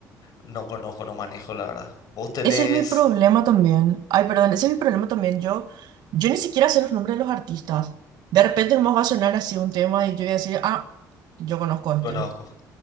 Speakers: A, on the left; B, on the right.
A: no conozco, no manejo, la verdad. Vos tenés,
B: Ese es mi problema también. Ay, perdón, ese es mi problema también. Yo, yo ni siquiera sé los nombres de los artistas. De repente nomás va a sonar así un tema y yo voy a decir, ah, yo conozco este.
A: conozco. <laughs>